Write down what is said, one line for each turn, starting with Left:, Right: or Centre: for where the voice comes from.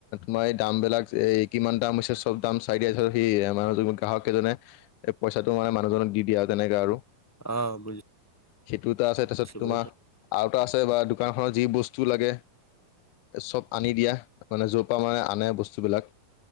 Left: মই দাম বিলাক এই কিমান দাম হৈছে, চব দাম চাই দিয়াইছো, সি মানুহ গ্ৰাহক কেইজনে। এ, পইচাটো মানে মানুহজনক দি, দিয়ে। আৰু তেনেককাে আৰু।
Centre: অ বুজিছো
Left: দুটা আছে, তাৰপিছত তোমাৰ
Centre: বুজিছো
Left: আৰুটা আছে বা দোকান খনৰ যি বস্তু লাগে। চব আনি দিয়া, মানে যৰ পৰা মানে আনে বস্তুবিলাক।